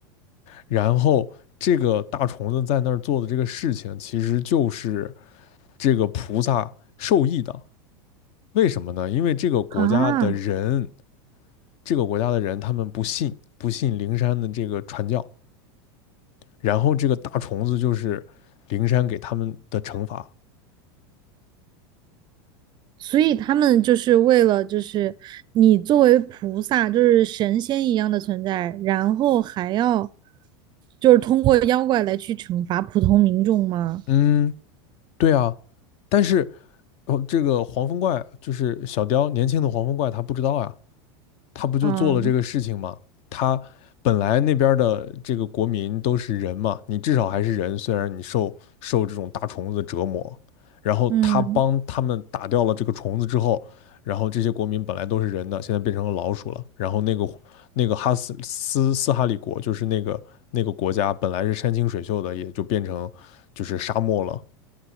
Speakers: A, on the left; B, on the right.
A: 然后这个大虫子在那儿做的这个事情，其实就是这个菩萨受益的。为什么呢？因为这个国家的人，
B: 啊，
A: 这个国家的人他们不信不信灵山的这个传教，然后这个大虫子就是灵山给他们的惩罚。
B: 所以他们就是为了，就是你作为菩萨，就是神仙一样的存在，然后还要就是通过妖怪来去惩罚普通民众吗？
A: 嗯，对啊，但是哦，这个黄风怪就是小雕，年轻的黄风怪他不知道呀。他不就做了这个事情吗？
B: 啊，
A: 他本来那边的这个国民都是人嘛，你至少还是人，虽然你受受这种大虫子折磨，然后他帮他们打掉了这个虫子之后，
B: 嗯，
A: 然后这些国民本来都是人的，现在变成了老鼠了。然后那个那个哈斯斯斯哈里国，就是那个那个国家本来是山清水秀的，也就变成就是沙漠了，